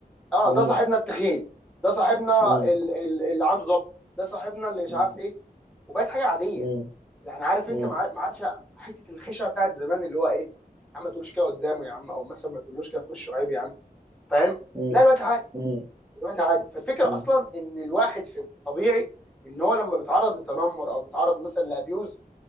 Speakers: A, in the centre; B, on the right.
A: اه
B: مم،
A: ده صاحبنا التخين ده صاحبنا
B: مم،
A: ال- ال- اللي عنده ضب ده صاحبنا اللي مش
B: مم،
A: عارف ايه وبقت حاجه عاديه
B: مم،
A: يعني عارف
B: مم،
A: انت ما عاد- ما عادش حته الخشعه بتاعت زمان اللي هو ايه يا عم ما تقولش كده قدامه يا عم او مثلا ما تقولوش كده في وشه عيب يا عم فاهم
B: مم،
A: لا الوقت عادي
B: مم،
A: الوقت عادي فالفكره
B: مم،
A: اصلا ان الواحد في الطبيعي ان هو لما بيتعرض لتنمر او بيتعرض مثلا لابيوز